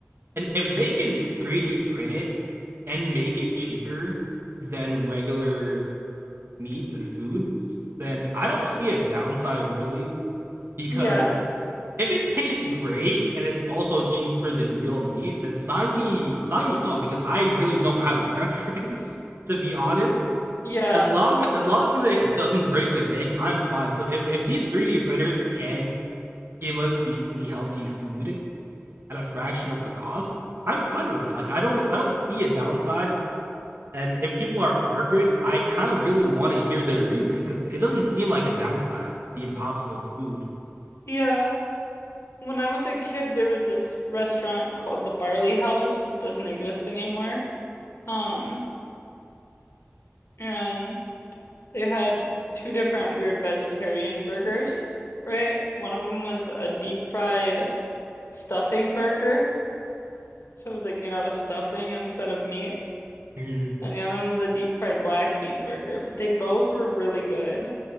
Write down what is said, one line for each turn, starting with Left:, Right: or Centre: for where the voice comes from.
Right: And if they can 3D print it and make it cheaper than regular meats and foods, then I don't see a downside really because
Left: Yeah.
Right: if it tastes great and it's also cheaper than real meat, then sign me sign me up because I really don't have a preference <laughs> to be honest.
Left: Yeah.
Right: As long as long as it doesn't break the bank, I'm fine. So if, if these 3D printers can give us decently healthy food at a fraction of the cost, I'm fine with it. Like I don't I don't see a downside. And if people are arguing, I kind of really want to hear their reasoning because it doesn't seem like a downside. The impossible food.
Left: Yeah. When I was a kid, there was this restaurant called the Barley House. It doesn't exist anymore. Um, and They had two different weird vegetarian burgers, right? One of them was a deep fried stuffing burger. So it was like made out of stuffing instead of meat.
Right: Mhm.
Left: And the other one was a deep fried black bean burger. But they both were really good.